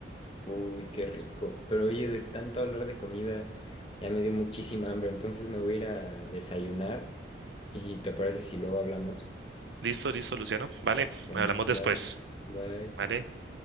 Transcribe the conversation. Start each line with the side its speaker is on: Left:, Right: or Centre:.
Left: Uy, qué rico. Pero oye, de tanto hablar de comida, ya me dio muchísima hambre, entonces me voy a ir a desayunar. ¿Y te parece si luego hablamos?
Right: Listo, listo, Luciano. Vale,
Left: Bueno,
Right: hablamos
Left: va,
Right: después.
Left: bye.
Right: Vale, gracias.